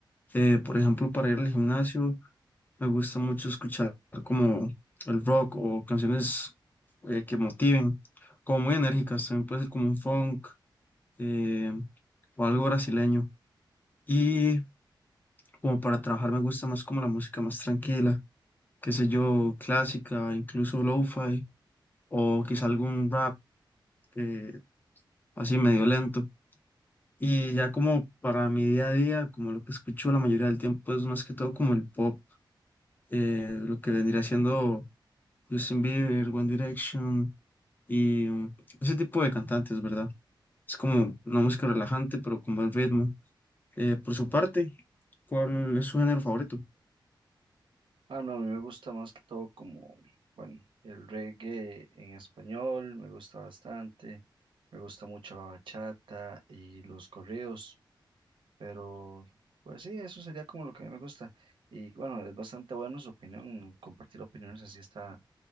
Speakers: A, on the left; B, on the right.
A: Eh, por ejemplo, para ir al gimnasio me gusta mucho escuchar como el rock o canciones eh, que motiven, como muy enérgicas, también puede ser como un funk eh, o algo brasileño. Y como para trabajar me gusta más como la música más tranquila qué sé yo, clásica, incluso lo-fi, o quizá algún rap eh, así medio lento. Y ya como para mi día a día, como lo que escucho la mayoría del tiempo es más que todo como el pop, eh, lo que vendría siendo Justin Bieber, One Direction y mm, ese tipo de cantantes, ¿verdad? Es como una música relajante, pero con buen ritmo. Eh, por su parte, ¿cuál es su género favorito?
B: Ah, no, a mí me gusta más que todo como, bueno, el reggae en español me gusta bastante, me gusta mucho la bachata y los corridos, pero pues sí, eso sería como lo que a mí me gusta. Y bueno, es bastante bueno su opinión, compartir opiniones así está